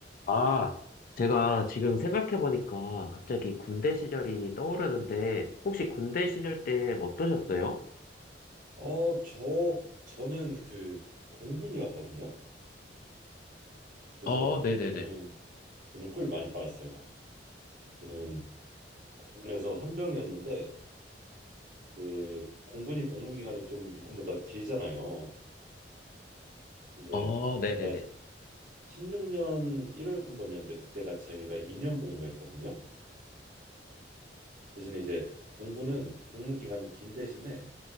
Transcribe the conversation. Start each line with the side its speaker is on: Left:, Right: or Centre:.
Left: 아, 제가 지금 생각해보니까 갑자기 군대 시절이 떠오르는데, 혹시 군대 시절 때 어떠셨어요?
Right: 어, 저 저는 그 공군이었거든요. 그래서
Left: 어, 네네네.
Right: 저는 저는 꿀 많이 빨았어요. 저는 공군에서 헌병이었는데 그 공군이 복무 기간이 좀 육군보다 길잖아요. 이제
Left: 어, 네네네.
Right: 제가 16년 1월 군번이었는데 그때가 저희가 2년 복무했거든요. 대신에 이제 공군은 복무 기간이 긴 대신에